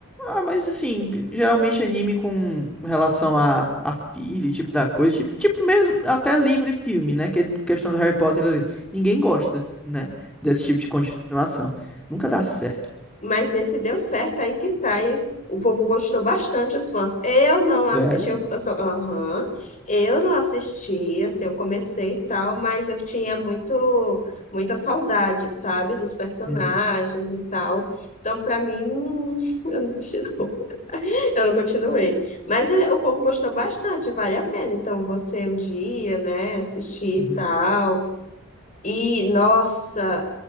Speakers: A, in the centre; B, on the left.
A: Ah, mas assim, geralmente anime com relação a, a filho, tipo da coisa, ti- tipo, mesmo até livro e filme, né? Que é questão do Harry Potter ali. Ninguém gosta, né? Desse tipo de continuação. Nunca dá certo.
B: Mas esse deu certo, aí que tá. E o povo gostou bastante, os fãs. Eu não assisti,
A: Sério?
B: eu, eu só, aham, eu não assisti, assim, eu comecei e tal, mas eu tinha muito, muita saudade, sabe, dos personagens
A: Uhum,
B: e tal. Então, pra mim, não- <laughs> eu não assisti, não. Eu não continuei. Mas é, o povo gostou bastante, vale a pena. Então, você um dia, né, assistir e
A: uhum,
B: tal. E, nossa.